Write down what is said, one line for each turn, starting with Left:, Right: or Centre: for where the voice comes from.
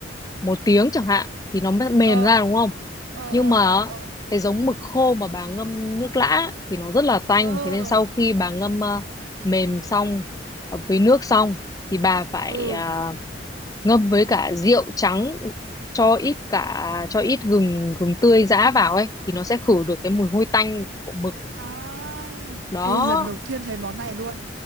Left: một tiếng chẳng hạn thì nó mới mềm
Right: ờ,
Left: ra đúng không?
Right: ờ,
Left: Nhưng
Right: ờ,
Left: mà
Right: ờ, ờ,
Left: cái giống mực khô mà bà ngâm nước lã thì nó rất là tanh.
Right: ờ,
Left: Thế nên sau khi bà ngâm ờ, mềm xong ờ, với nước xong thì bà phải
Right: ừ.
Left: à, ngâm với cả rượu trắng cho ít cả cho ít gừng gừng tươi giã vào ấy thì nó sẽ khử được cái mùi hôi tanh của mực
Right: À,
Left: đó
Right: ê, lần đầu tiên thấy món này luôn.